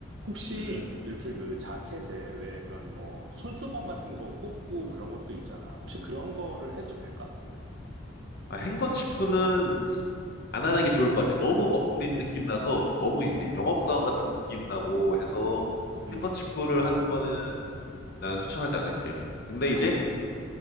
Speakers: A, on the right; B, on the left.
A: 혹시
B: 음.
A: 이렇게 그 자켓에 왜 그런 뭐 손수건 같은 거 꼽고 그런 것도 있잖아. 혹시 그런 거를 해도 될까?
B: 아, 행거치프는 안 하는 게 좋을 것 같아. 너무 멋부린 느낌 나서 너무 이게
A: 음,
B: 영업사원 같은 느낌 나고 해서
A: 음,
B: 행거치프를 하는 거는 난 추천하지 않을게. 근데 이제
A: 아,